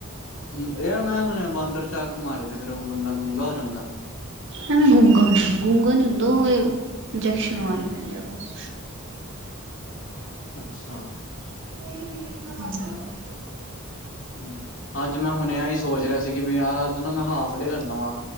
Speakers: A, on the left (about 65°); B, on the right (about 60°).
A: ਹੂੰ ਯਾਰ ਮੈਂ ਸੁਣਿਆ ਬਾਂਦਰ ਚੱਕ ਮਾਰੇ ਤੇ ਫੇਰ ਉਹ ਬੰਦਾ ਗੂੰਗਾ ਹੋ ਜਾਂਦਾ।
B: ਐਵੇ ਗੂੰਗਾ ਹੋਇਆ ਗੂੰਗਾ ਨੀ ਹੁੰਦਾ ਉਹ ਇੰਜੈਕਸ਼ਨ ਲਵਾਣੇ ਪੈਂਦਾ ਵ <inaudible>
A: ਅੱਛਾ।
B: <unintelligible> ਹੁੰ।
A: ਹੁੰ, ਅੱਜ ਮੈਂ ਹੁਨੇ ਏ ਈ ਸੋਚ ਰਿਹਾ ਸੀ ਕਿ ਵੀ ਯਾਰ ਅੱਜ ਨਾ ਮੈਂ ਹਾਫ ਡੇ ਲੈ ਲਦਾ ਵਾਂ।